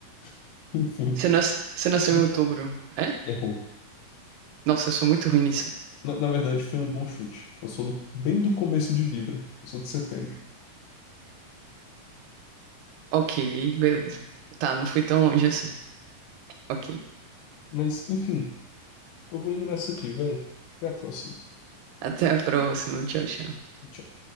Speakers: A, on the left (about 80°); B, on the right (about 90°).
A: <laughs> Enfim,
B: Você nas- você nasceu
A: hum,
B: em outubro, é?
A: errou.
B: Nossa, eu sou muito ruim nisso.
A: Na, na verdade, foi um bom chute. Eu sou do- bem do começo de Libra. Eu sou de setembro.
B: Ok, beleza. Tá, não fui tão longe assim. Ok.
A: Mas, enfim, eu vou indo nessa aqui, véi. Até a próxima.
B: Até a próxima. Tchau, tchau.
A: Tchau.